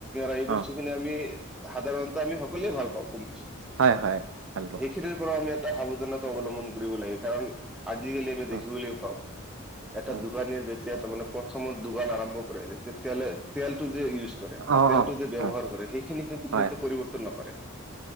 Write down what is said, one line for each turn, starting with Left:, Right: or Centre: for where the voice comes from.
Centre: এই
Right: অ
Centre: বস্তু খিনি আমি সাধাৰণতে আমি সকলোৱে ভাল পাওঁ কম বেছি।
Right: হয় হয় ভাল কথা।
Centre: সেইখিনিৰ পৰা আমি এটা সাৱধানতা অৱলম্বন কৰিব লাগে। কাৰণ আজি-কালি আমি দেখিবলৈ
Right: অ
Centre: পাওঁ এটা
Right: অ
Centre: দোকানীয়ে যে তেতিয়া তাৰমানে প্ৰথমত দুবাৰ আৰম্ভ কৰে। তেতিয়া তেলে তেলটো যে ইউজ কৰে বা
Right: অ
Centre: তেলটো
Right: অ
Centre: যে ব্যৱহাৰ
Right: অ
Centre: কৰে সেইখিনি কিন্তু
Right: হয়
Centre: সিহঁতে পৰিৱৰ্তন নকৰে।